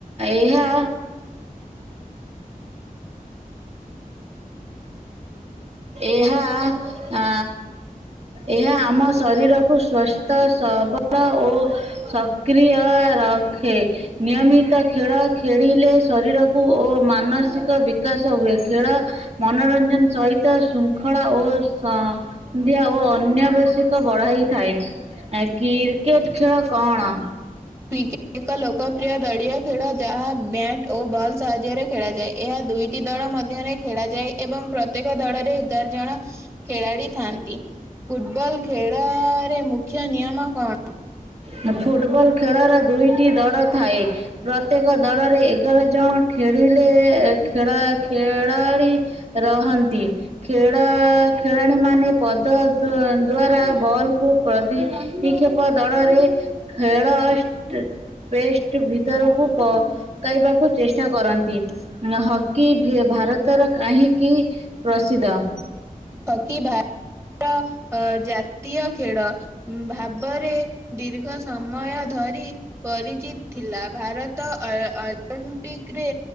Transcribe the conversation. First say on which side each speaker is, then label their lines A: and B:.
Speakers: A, on the right; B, on the right.
A: ଏହା ଏହା ଆ, ଏହା ଆମ ଶରୀରକୁ ସ୍ବସ୍ଥ, ସବଳ ଓ ଶ କ୍ରିୟ ରଖେ। ନିୟମିତ ଖେଳ ଖେଳିଲେ ଶରୀର କୁ ଓ ମାନସିକ ବିକାଶ ହୁଏ। ଖେଳ ମନୋରଞ୍ଜନ ସହିତ ଶୃଙ୍ଖଳା ଓ ସ ନ୍ଧ୍ୟା ଓ ଅନ୍ୟାବଶ୍ୟକ ବଢାଇଥାଏ। ଆ, କ୍ରିକେଟ୍ ଖେଳ କଣ?
B: କି ଏକ ଲୋକପ୍ରିୟ ଦଳୀୟ ଖେଳ ଯାହା ବ୍ୟା ଟ ଓ ବଲ୍ ସାହାଯ୍ୟରେ ଖେଳାଯାଏ। ଏହା ଦୁଇଟି ଦଳ ମଧ୍ୟରେ ଖେଳାଯାଏ। ଏବଂ ପ୍ରତ୍ୟେକ ଦଳରେ ଏଗାର ଜଣ ଖେଳାଳି ଥାଆନ୍ତି। ଫୁଟବଲ୍ ଖେଳରେ ମୁ ଖ୍ୟ ନିୟମ କଣ?
A: ହେ ଫୁଟବଲ୍ ଖେଳର ଦୁଇଟି ଦଳ ଥାଏ। ପ୍ରତ୍ୟେକ ଦଳରେ ଏଗାର ଜଣ ଖେଳିଲେ ଏ ଖେଳ ଖେଳାଳି ରହନ୍ତି। ଖେ ଖେଳ ଖେଳାଳିମାନେ ପଦ ଦୁଅ ଦ୍ବାରା ବଲ କୁ ପ୍ରତି ଏହି କ୍ଷେପ ଦଳରେ ଖେଳ ଷ୍ଟେ ପେଷ୍ଟ ଭିତରକୁ ପକାଇବାକୁ ଚେଷ୍ଟା କରନ୍ତି। ନା ହକି ଭେ- ଭାରତର କାହିଁକି ପ୍ରସିଦ୍ଦ?
B: ହକି ଭା ତ ଅ, ଜାତୀୟ ଖେଳ ଭାବରେ ଦୀର୍ଘ ସମୟ ଧରି ପରିଚିତ ଥିଲା ଭାରତ ଅଳ ଅଲମ୍ପିକରେ